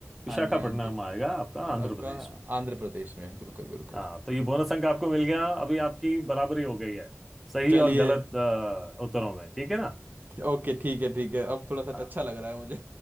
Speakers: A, in the centre; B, on the right.
A: विशाखापट्टनम
B: हाँ जी हाँ जी
A: आएगा आपका
B: आपका
A: आंध्र प्रदेश में
B: आंध्र प्रदेश में बिल्कुल बिल्कुल
A: हाँ तो ये बोनस अंक आपको मिल गया अभी आपकी बराबरी हो गई है सही
B: चलिए
A: और गलत अ, उत्तरों में ठीक है ना
B: ओके ठीक है ठीक है अब थोड़ा सा
A: हाँ
B: अच्छा लग रहा है मुझे